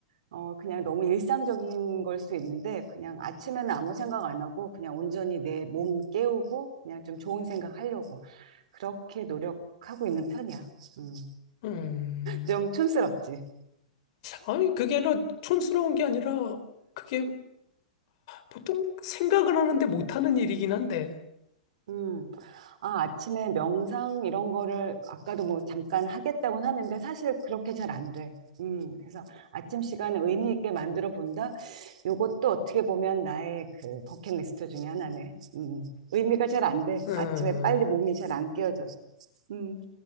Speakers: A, on the right (about 70°); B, on the left (about 55°).
A: 어, 그냥 너무 일상적인 걸 수 있는데 그냥 아침에는 아무 생각 안 하고 그냥 온전히 내 몸 깨우고 그냥 좀 좋은 생각 하려고 그렇게 노력하고 있는 편이야. 음.
B: 음.
A: 좀 촌스럽지.
B: 아니, 그게 너 촌스러운 게 아니라 그게 보통 생각은 하는데 못하는 일이긴 한데,
A: 음. 아, 아침에 명상 이런 거를 아까도 뭐 잠깐 하겠다고는 하는데 사실 그렇게 잘 안 돼. 음. 그래서 아침 시간을 의미 있게 만들어 본다? 요것도 어떻게 보면 나의 그 버킷리스트 중에 하나네. 음. 음. 의미가 잘 안 돼. 아침에
B: 어,
A: 빨리 몸이 잘 안 깨어져서. 음.